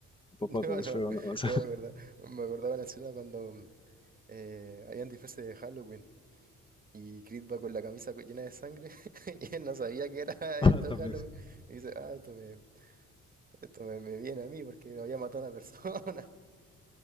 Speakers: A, on the left; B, on the right.
A: papa
B: No,
A: como
B: no,
A: si fuera una manzana.
B: no me
A: <laughs>
B: acordaba. Me acordaba la escena cuando mm, eh, habían disfraces de Halloween y Creed va con la camisa co- llena de sangre <laughs> y él no sabía que era
A: Ah,
B: <laughs> esto
A: también.
B: Halloween. Y dice, ah, esto me, esto me, me viene a mí porque había matado a una persona.